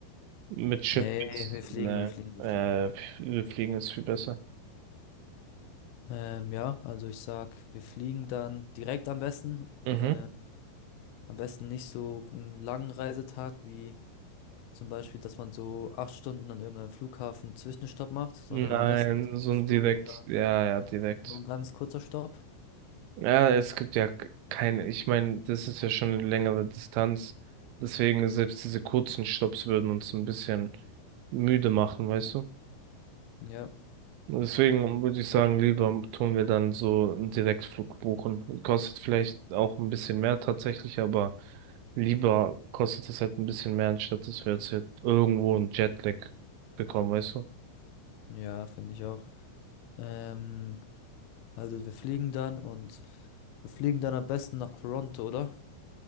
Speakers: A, on the right; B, on the left.
A: mit Schiff
B: Nee,
A: geht's,
B: wir fliegen,
A: nee,
B: wir fliegen, wir
A: äh,
B: fliegen.
A: wir fliegen ist viel besser.
B: Ähm, ja, also ich sag, wir fliegen dann direkt am besten.
A: Mhm.
B: Ähm, am besten nicht so einen langen Reisetag wie zum Beispiel, dass man so acht Stunden an irgendeinem Flughafen Zwischenstopp macht, sondern
A: Nein,
B: am besten Direktflug
A: so ein direkt,
B: oder
A: ja, ja, direkt.
B: nur ein ganz kurzer Stopp.
A: Ja, es gibt ja k- keine, ich meine, das ist ja schon eine längere Distanz. Deswegen selbst diese kurzen Stopps würden uns ein bisschen müde machen, weißt du?
B: Ja,
A: Deswegen würde ich sagen, lieber tun wir dann so einen Direktflug buchen. Kostet vielleicht auch ein bisschen mehr tatsächlich, aber lieber kostet es halt ein bisschen mehr, anstatt dass wir jetzt hier irgendwo einen Jetlag bekommen, weißt du?
B: ja, finde ich auch. Ähm, also wir fliegen dann und wir fliegen dann am besten nach Toronto, oder?